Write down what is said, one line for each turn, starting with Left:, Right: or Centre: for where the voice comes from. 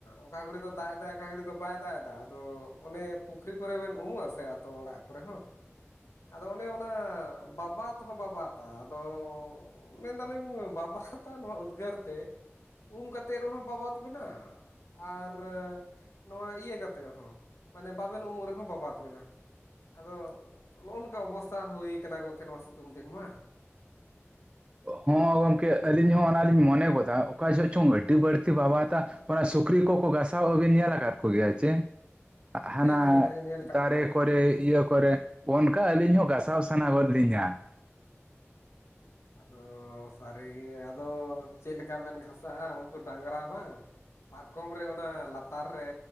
Left: ᱚᱠᱟ ᱜᱷᱚᱲᱤ ᱫᱚ ᱫᱟᱜ ᱮᱫᱟᱭ ᱚᱠᱟ ᱜᱷᱟᱹᱲᱤ ᱫᱚ ᱵᱟᱭ ᱫᱟᱜ ᱮᱫᱟ ᱟᱫᱚ ᱚᱱᱮ ᱯᱩᱠᱷᱨᱤ ᱠᱚᱨᱮ ᱵᱮᱱ ᱩᱢᱩᱜ ᱟᱥᱮ ᱟᱛᱳ ᱚᱲᱟᱜ ᱠᱚᱨᱮ ᱦᱚᱸ ᱟᱫᱚ ᱚᱱᱮ ᱚᱱᱟ ᱵᱟᱵᱟᱛ ᱦᱚᱸ ᱵᱟᱵᱟᱛᱟ ᱟᱫᱚ ᱢᱮᱱᱫᱟᱞᱤᱧ ᱵᱟᱵᱟᱛᱟ ᱱᱚᱣᱟ ᱩᱫᱽᱜᱟᱹᱨ ᱛᱮ ᱩᱢ ᱠᱟᱛᱮᱫ ᱨᱮᱦᱚᱸ ᱵᱟᱵᱟᱫ ᱵᱤᱱᱟ ᱟᱨ ᱱᱚᱣᱟ ᱤᱭᱟᱹ ᱠᱟᱛᱮ ᱦᱚᱸ ᱢᱟᱱᱮ ᱵᱟᱵᱮᱱ ᱩᱢᱩᱜ ᱨᱮᱦᱚᱸ ᱵᱟᱵᱟᱫ ᱵᱤᱱᱟ ᱟᱫᱚ ᱱᱚᱜᱼᱚ ᱱᱚᱝᱠᱟ ᱚᱵᱚᱥᱛᱟ ᱦᱩᱭᱠᱟᱱᱟ ᱜᱚᱝᱠᱮ ᱱᱚᱣᱟ ᱥᱤᱛᱩᱝ ᱫᱤᱱ ᱢᱟ
Right: ᱦᱚᱸ ᱜᱚᱝᱠᱮ ᱟᱹᱞᱤᱧ ᱦᱚᱸ ᱚᱱᱟᱞᱤᱧ ᱢᱚᱱᱮ ᱜᱚᱫᱟ ᱚᱠᱟ ᱡᱚᱦᱚᱜ ᱪᱚᱝ ᱟᱹᱰᱤ ᱵᱟᱹᱲᱛᱤ ᱵᱟᱵᱟᱛᱟ ᱚᱱᱟ ᱥᱩᱠᱨᱤ ᱠᱚᱠᱚ ᱜᱟᱥᱟᱣ ᱟᱹᱵᱤᱱ ᱧᱮᱞ ᱟᱠᱟᱫ ᱠᱚᱜᱮᱭᱟ ᱪᱮ ᱦᱟᱱᱟ
Left: ᱦᱮᱸ ᱦᱮᱸ ᱦᱮᱸ ᱧᱮᱞ ᱠᱟᱜ
Right: ᱫᱟᱨᱮ
Left: ᱠᱚᱜᱮᱭᱟᱞᱤᱧ
Right: ᱠᱚᱨᱮ ᱤᱭᱟᱹ ᱠᱚ ᱠᱚᱨᱮ ᱚᱱᱠᱟ ᱟᱹᱞᱤᱧ ᱦᱚᱸ ᱜᱟᱥᱟᱣ ᱥᱟᱱᱟ ᱜᱚᱫ ᱞᱤᱧᱟ᱾
Left: ᱟᱫᱚ ᱥᱟᱹᱨᱤᱜᱮ ᱟᱫᱚ ᱪᱮᱫ ᱞᱮᱠᱟ ᱵᱮᱱ ᱜᱷᱟᱥᱟᱜᱼᱟ ᱩᱱᱠᱩ ᱰᱟᱝᱨᱟ ᱵᱟᱝᱼᱼ ᱯᱟᱨᱠᱚᱢ ᱨᱮ ᱚᱱᱟ ᱞᱟᱛᱟᱨ ᱨᱮ